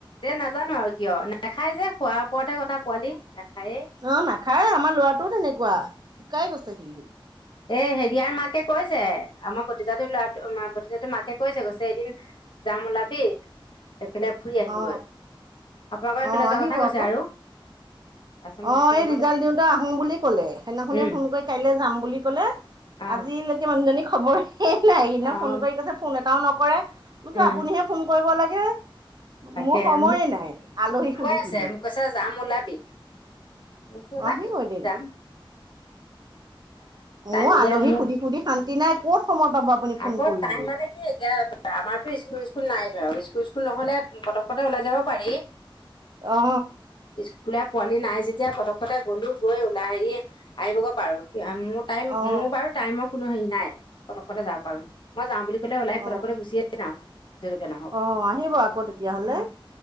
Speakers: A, on the left; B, on the right.
A: এ নাজানো আৰু কিয়, নাখায় যে খোৱাৰ ওপৰতহে কথা পোৱালি। নাখায়েই
B: অ নাখায় আমাৰ লৰাটোও তেনেকুৱা শুকাই গৈছে সিও।
A: এ হেৰিয়া মাকে কৈছে। আমাৰ ভতিজাটোৰ ল'ৰাটো মা ভতিজাটোৰ মাকে কৈছে কছে এদিন। জাম উলাবি।
B: <inaudible>
A: এফালে ফুৰি আহিমগৈ।
B: অ
A: আপোনালোকৰ এইফালে
B: অ আহিব
A: যোৱা কথা কৈছো
B: আকৌ
A: আৰু। তাৰপিছত
B: অ
A: মোক হ'ব
B: এই ৰিজাল্ট
A: দেচোন
B: দিওঁতে আহো বুলি ক'লে। খালি সদিনাখুনে
A: উম
B: ফোন কৰি কাইলৈ যাম বুলি ক'লে,
A: অ
B: আজিলৈকে মানুহজনী খবৰ। শেষ নাই। সেইদিনা
A: অ
B: ফোন কৰি কৈছে ফোন এটাও নকৰে, বুজো
A: উম
B: আপুনিহে ফোন কৰিব লাগে।
A: তাকে
B: মোৰ সময়ে
A: মোক
B: নাই আলহীক
A: মোক
B: সুধি
A: কৈ আছে
B: সুধি।
A: মোক কৈছে যাম ওলাবি। মোৰচো ওলাবি?
B: অ আহিব এদিন
A: যাম। টাইম
B: মো
A: উলিয়াই
B: আলহী
A: মোৰ
B: সুধি সুধি শান্তি নাই কত? সময় পাব আপুনি ফোন
A: আকৌ
B: কৰিবলৈ
A: টাইম মানে কি এতিয়া আমাৰতো স্কুল স্কুল নাইটো আও স্কুল। টো স্কুল নহলে পতকতে ওলাই যাব পাৰি।
B: অ
A: স্কুলে পোৱালি নাই যে। যেতিয়া পতকতে গ'লো গৈ ওলাই সেইয়ে আহিবগৈ পাৰো। মোৰ টাইম
B: অ
A: মোৰ বাৰু টাইমক কোনো হেৰি নাই পতককতে যাব পাৰো। মই যাওঁ বুলি ক'লে ওলাই
B: অ
A: পটককতে গুচিয়ে যাওঁ। য'লৈকে নহওক
B: অ আহিব আকৌ তেতিয়াহলে।